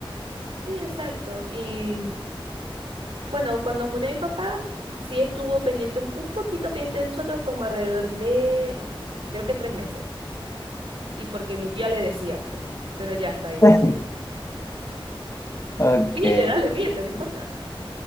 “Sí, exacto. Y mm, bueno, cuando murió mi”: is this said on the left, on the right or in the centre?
Right